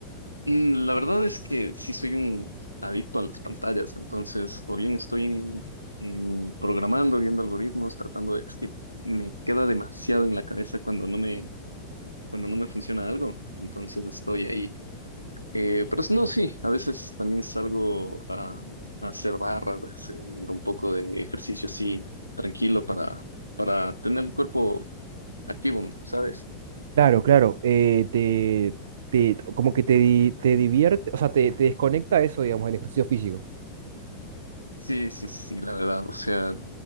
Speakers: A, on the right; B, on the right.
A: Mm, La verdad es que sí soy un adicto a las pantallas, entonces o bien estoy en- en programando, viendo algoritmos, tratando de, es que me queda demasiado en la cabeza cuando no me, cuando no me funciona algo, entonces estoy ahí. Eh, pero no, sí, a veces también salgo a, a hacer barras, a hacer un poco de ejercicio así, tranquilo para, para tener el cuerpo activo, ¿sabes?
B: Claro, claro. eh, te, te- como que te, di- te divierte, o sea, te, te desconecta eso, digamos, el ejercicio físico.
A: Sí, sí, sí, la verdad, o sea...